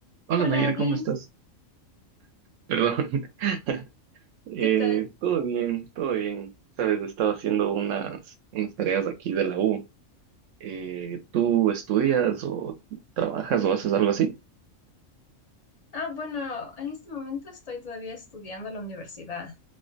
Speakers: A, on the right; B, on the left.
A: Hola
B: Hola
A: Nair,
B: Eddie,
A: ¿cómo estás? Perdón. <laughs> Eh,
B: ¿qué tal?
A: todo bien, todo bien. Sabes, estaba haciendo unas, unas tareas aquí de la U. Eh, ¿tú estudias o trabajas o haces algo así?
B: Ah, bueno, en este momento estoy todavía estudiando en la universidad.